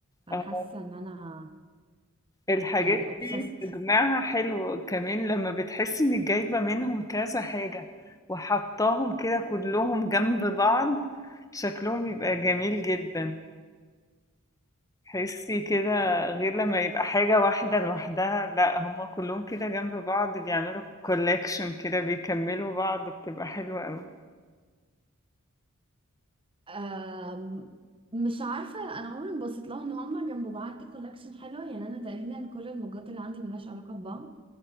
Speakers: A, on the right; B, on the left.
A: فانا
B: اه
A: حاسة ان انا
B: الحاجات
A: يعني obsessed
B: دي تجمعها حلو كمان لما بتحسي انك جايبة منهم كذا حاجة وحطاهم كده كلهم جنب بعض شكلهم بيبقى جميل جدا تحسي كده غير لما يبقى حاجة واحدة لوحدها لا هما كلهم كده جنب بعض بيعملوا كولكشن كده بيكملوا بعض بتبقى حلوة أوي
A: آم، مش عارفة أنا عمري ما بصيت لها إن هما جنب بعض كولكشن حلوة يعني أنا تقريبا كل المجات اللي عندي ملهاش علاقة ببعض